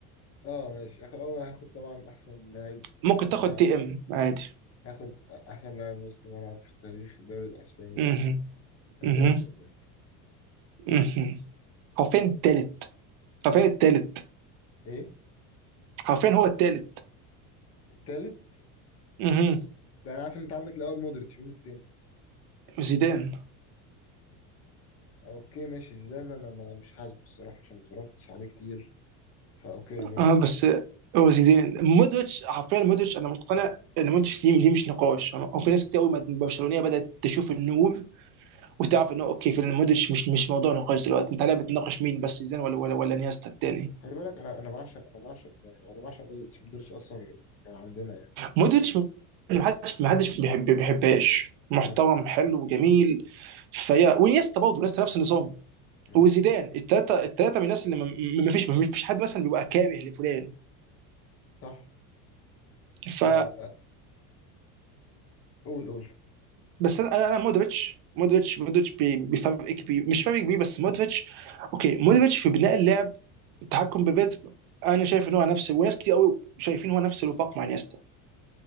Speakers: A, on the left (about 35°); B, on the right (about 65°).
A: اه ماشي هاخد اول هاخد طبعا احسن لاعب
B: ممكن
A: نص
B: تاخد
A: ملعب
B: دي ام عادي
A: هاخد احسن لاعب وسط ملعب في تاريخ الدوري الاسباني
B: اها
A: اندرياس
B: اها
A: انيستا
B: اها حرفيا التالت حرفيا التالت
A: ايه
B: حرفيا هو التالت
A: التالت
B: اها
A: ده انا عارف ان انت عندك الاول مودريتش مين التاني
B: زيدان
A: اوكي ماشي زيدان انا ما مش حاسبه الصراحه عشان ما اتفرجتش عليه كتير فاوكي ماشي
B: اه بس هو زيدان مودريتش حرفيا مودريتش انا مقتنع ان مودريتش دي, دي مش نقاش أنا- وفي ناس كتير قوي من برشلونيه بدات تشوف النور وتعرف انه اوكي في مودريتش مش مش موضوع نقاش دلوقتي انت لا بتناقش مين بس زيدان ولا ولا, ولا نيستا التاني
A: خلي بالك انا انا بعشق انا بعشق يعني انا بعشق مودريتش مودريتش اصلا من من عندنا يعني
B: مودريتش اللي محدش محدش بيحب بيحبهاش محترم
A: مم.
B: حلو وجميل فيا ونيستا برضه نيستا نفس النظام
A: مم.
B: وزيدان التلاته التلاته من الناس اللي ما ما- ما فيش ما فيش حد مثلا بيبقى كاره لفلان
A: صح
B: ف
A: آه قول قول
B: بس انا انا مودريتش مودريتش مودريتش بي- بفرق كبير مش فرق كبير بس مودريتش اوكي مودريتش في بناء اللعب التحكم بالريتم انا شايف ان هو نفس وناس كتير قوي شايفين هو نفس الوفاق مع انيستا